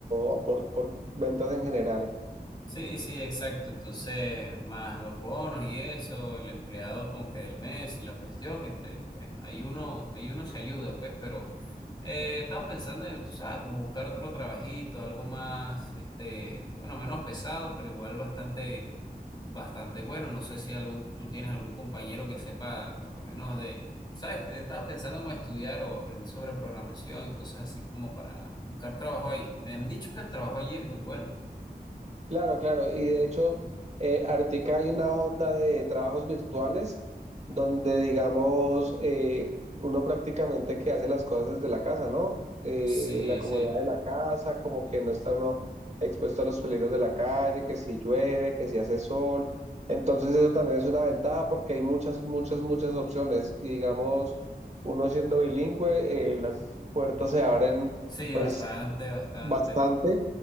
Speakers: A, on the right; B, on the left.
A: o por, por ventas en general.
B: Sí, sí, exacto. Entonces, más los bonos y eso, el empleado como que del mes y la cuestión, este, pues ahí uno, ahí uno se ayuda, pues, pero eh, estaba pensando en, tú sabes, como buscar otro trabajito, algo más, este, bueno, menos pesado, pero igual bastante, bastante bueno. No sé si algún, tú tienes algún compañero que sepa, por lo menos de, sabes, que estaba pensando como estudiar o aprender sobre programación y cosas así como para buscar trabajo ahí. Me han dicho que el trabajo allí es muy bueno.
A: Claro, claro. Y de hecho, eh, ahorita hay una onda de trabajos virtuales donde, digamos, eh, uno prácticamente que hace las cosas desde la casa, ¿no? Eh,
B: Sí,
A: en la comodidad
B: sí.
A: de la casa, como que no está uno expuesto a los peligros de la calle, que si llueve, que si hace sol. Entonces eso también es una ventaja porque hay muchas, muchas, muchas opciones. Y digamos, uno siendo bilingüe, eh, las puertas se abren
B: Sí,
A: pues
B: bastante, bastante.
A: bastante